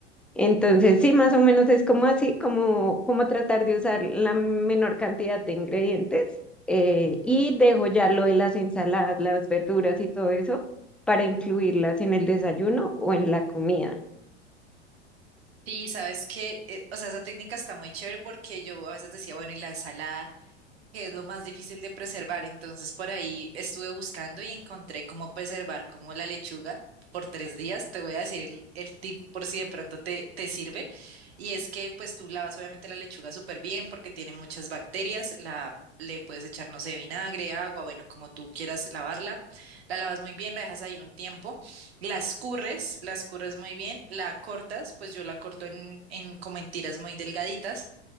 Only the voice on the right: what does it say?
Sí, sabes que, eh, o sea, esa técnica está muy chévere porque yo a veces decía, bueno, y la ensalada que es lo más difícil de preservar. Entonces por ahí estuve buscando y encontré cómo preservar como la lechuga por tres días. Te voy a decir el, el tip por si de pronto te, te sirve. Y es que pues tú lavas obviamente la lechuga súper bien porque tiene muchas bacterias. La, le puedes echar, no sé, vinagre, agua, bueno, como tú quieras lavarla. La lavas muy bien, la dejas ahí un tiempo. La escurres, la escurres muy bien, la cortas, pues yo la corto en, en como en tiras muy delgaditas